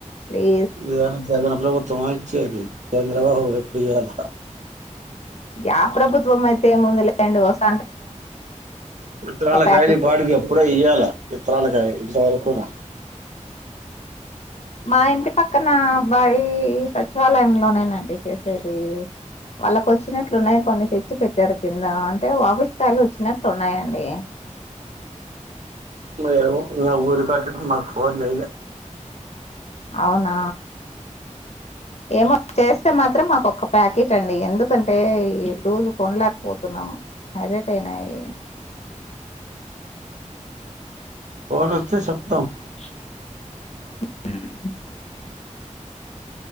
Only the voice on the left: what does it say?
ప్లీజ్
యా ప్రభుత్వం అయితే ఏముంది లేండి వస్
ప్యాకెట్
మా ఇంటి పక్కన అబ్బాయి సచివాలయంలోనే నండి చేసేది వాళ్ళకి వచ్చినట్లున్నాయి కొన్ని తెచ్చి పె ట్టారు కింద అంటే ఆఫీస్ కాయలు వచ్చినట్లు ఉన్నాయండి
అవునా ఏమో చేస్తే మాత్రం మాకొక్క ప్యాకెట్ అండి ఎందుకంటే ఈ లూజ్ కొనలేకపోతున్నాం హైరేట్ అయినాయి
ఉ